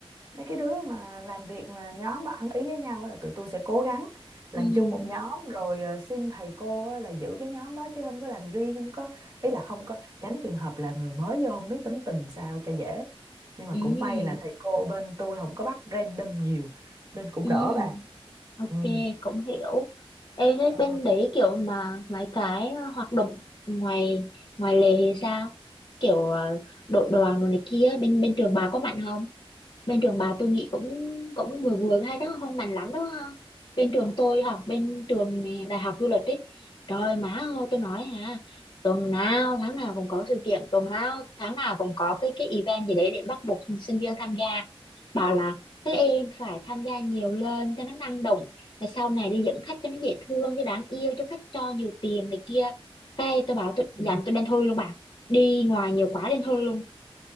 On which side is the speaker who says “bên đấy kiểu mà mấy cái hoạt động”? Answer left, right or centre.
Left